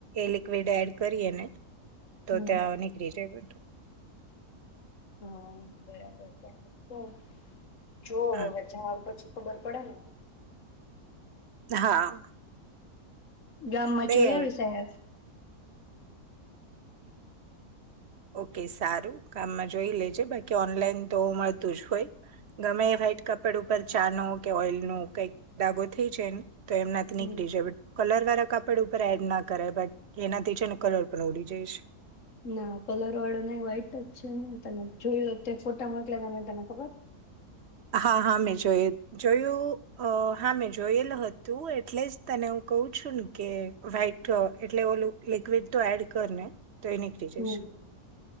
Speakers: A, on the right (about 50°); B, on the left (about 55°).
A: એ લિક્વિડ એડ કરીએને તો
B: હમ
A: ત્યાં નીકળી જાય બધ
B: હા બરાબર બરાબર <unintelligible> જોવ
A: હમ.
B: હવે જાઉં પછી ખબર પડે ન
A: હા
B: ગામમાં
A: દઈ
B: જોયા
A: આવે
B: <unintelligible>
A: ઓકે સારું કામમાં જોઈ લેજે બાકી ઓનલાઈન તો મળતું જ હોય ગમે વ્હાઈટ કપડ ઉપર ચાનો કે ઓઇલ ન કઈક ધાગો થઈ જાયને. તો એમના થી
B: હમ
A: નીકળી જાય કલર વાળા. કપડ ઉપર એડ ના કરે બટ એનાથી છેને કલર પણ ઉડી જઈશ.
B: ના કલર વાળો નઈ વ્હાઈટ જ છે ને તને જોયું ફોટા મોકલે તમે તને ખબર.
A: હા હા મેં જોય જોયું હા મેં જોયેલું હતું એટલે જ તને હું કહું છું ને કે વ્હાઈટ એટલે ઓ લિક્વિડ તો એડ કર ને તો એ નીકળી
B: હમ
A: જશે